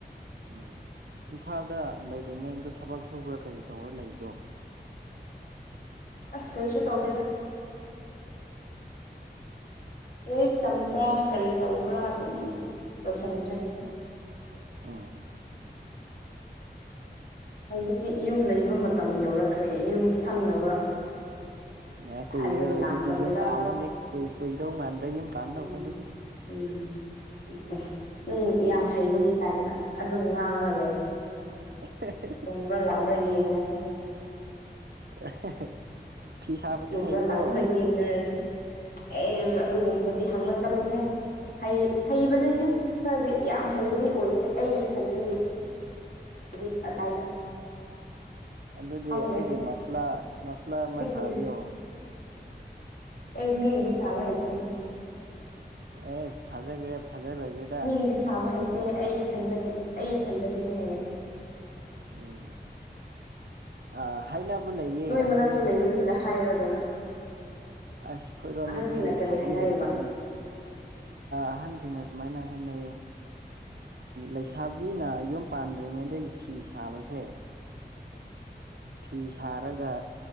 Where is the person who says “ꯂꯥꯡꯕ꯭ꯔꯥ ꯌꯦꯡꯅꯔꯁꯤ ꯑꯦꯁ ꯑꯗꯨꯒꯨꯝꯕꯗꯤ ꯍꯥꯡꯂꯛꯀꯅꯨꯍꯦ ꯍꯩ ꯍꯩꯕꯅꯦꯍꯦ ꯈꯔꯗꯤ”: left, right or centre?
Left